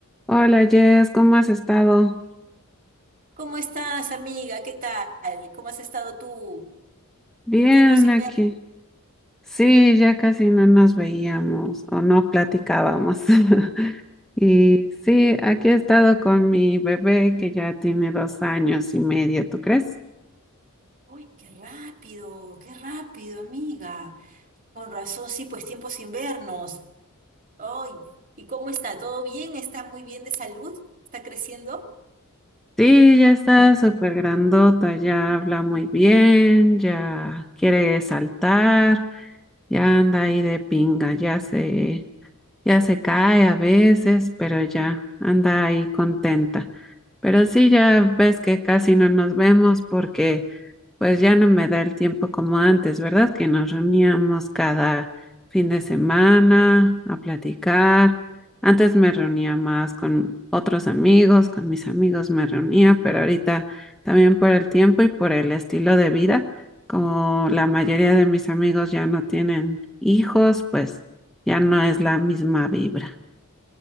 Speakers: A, in the centre; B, on the right.
A: Hola Jess, ¿cómo has estado?
B: ¿Cómo estás, amiga? ¿Qué tal? ¿Cómo has estado tú?
A: Bien
B: Tiempo sin
A: aquí.
B: verte.
A: Sí, ya casi no nos veíamos o no platicábamos. <laughs> Y sí, aquí he estado con mi bebé que ya tiene dos años y medio, ¿tú crees?
B: Uy, qué rápido, qué rápido, amiga. Con razón, sí, pues tiempo sin vernos. Ay, ¿y cómo está? ¿Todo bien? ¿Está muy bien de salud? ¿Está creciendo?
A: Sí, ya está súper grandota, ya habla muy bien, ya quiere saltar, ya anda ahí de pinga, ya se Ya se cae a veces, pero ya anda ahí contenta. Pero sí, ya ves que casi no nos vemos porque... Pues ya no me da el tiempo como antes, ¿verdad? Que nos reuníamos cada fin de semana a platicar. Antes me reunía más con otros amigos, con mis amigos me reunía, pero ahorita también por el tiempo y por el estilo de vida, como la mayoría de mis amigos ya no tienen hijos, pues ya no es la misma vibra.